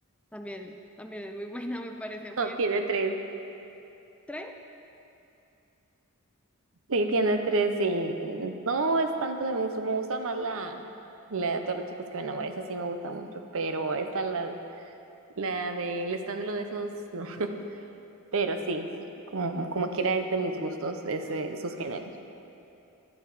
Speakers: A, in the centre; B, on the right.
A: También, también es muy buena, me parece
B: <laughs>
A: muy
B: no,
A: entretenida.
B: tiene tres.
A: ¿Tres?
B: Sí, tiene tres y no es tanto de me gusta, me gusta más la, la de todos los chicos que me enamoré, esa sí me gusta mucho, pero esta, la, la del stand de los besos, <laughs> no. Pero sí, como, como quiera es de mis gustos ese, sus géneros.